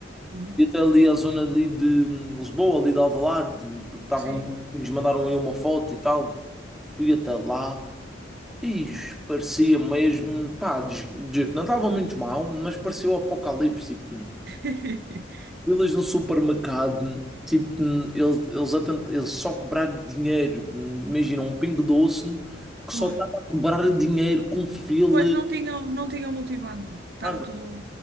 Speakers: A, on the right; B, in the centre.
A: Uhum.
B: fui até ali à zona ali de hum, Lisboa, ali de Alvalade, porque estavam,
A: Sim.
B: os amigos mandaram aí uma foto e tal. Fui até lá e parecia mesmo, pá, des- des- não estava muito mal, mas parecia o apocalipse. Tipo,
A: <laughs>
B: filas no supermercado, tipo, eles, eles, a eles só cobraram dinheiro. Imagina, um Pingo Doce que
A: Pô.
B: só estava a cobrar dinheiro com filas,
A: Pois não tinham, não tinham multibanco. Estava
B: nada.
A: tudo,